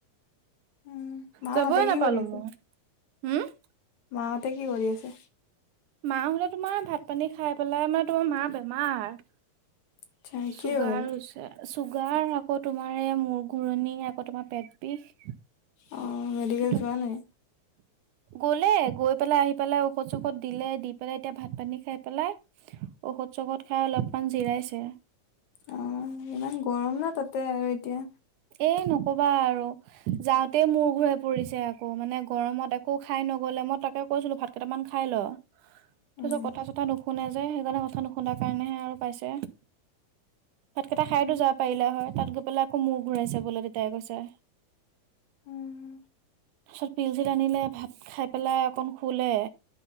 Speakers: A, on the left; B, on the right.
A: উম মাহঁতে
B: যাবই
A: কি
B: নাপালো
A: কৰি আছে?
B: ময়ো, হম'-
A: মাহঁতে কি কৰি আছে?
B: মা হতে তোমাৰ ভাত পানী খাই পেলাই, মানে তোমাৰ মাৰ বেমাৰ।
A: আচ্ছা
B: চুগাৰ
A: কি হ'ল?
B: হৈছে। চুগাৰ, আকৌ তোমাৰ এই মূৰ ঘূুৰণি, আকৌ তোমাৰ পেট বিষ।
A: অ', মেডিকেল
B: সেইটো
A: যোৱা নাই?
B: গলে, গৈ পেলাই আহি পেলাই ঔষধ চষধ দিলে, দি পেলাই এতিয়া ভাত পানী খাই পেলাই ঔষধ, চৌষধ খাই অলপমান জিৰাইছে।
A: অ', ইমান গৰম ন তাতে আৰু এতিয়া
B: এ, নকবা আৰু, যাওঁতেই মূৰ ঘূৰাই পৰিছে, আকৌ মানে গৰমত একো খাই নগল। মই তাকে কৈছিলো ভাত কেইটামান খাই ল, তাৰপিছত
A: উম
B: কথা ছটা নু শুনে যে, সেইকাৰণে কথা নুশুনাৰ কাৰণেহে আৰু পাইছে। ভাতকেইটা খাইতো
A: উম
B: যাব পাৰিলে হয়, তাত গৈ পেলাই আকৌ মূৰ ঘূৰাইছে বোলে দেউতাই কৈছে।
A: উম।
B: তাৰিছত পিলচিল আনিলে, ভাত খাই পেলাই অকণ শুলে,